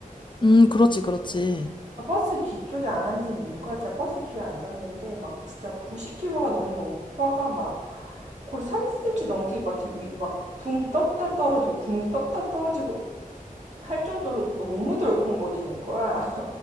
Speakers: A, on the left; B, on the right.
A: 음, 그렇지, 그렇지.
B: 그러니까 버스 뒤쪽에 안 앉은 이유가 진짜 버스 뒤에 앉았는데 막 진짜 90kg가 넘는 오빠가 막 거의 30cm 넘게 막 이렇게 위, 막붕 떴다 떨어지고 붕 떴다 떨어지고 할 정도로 너무 덜컹거리는 거야.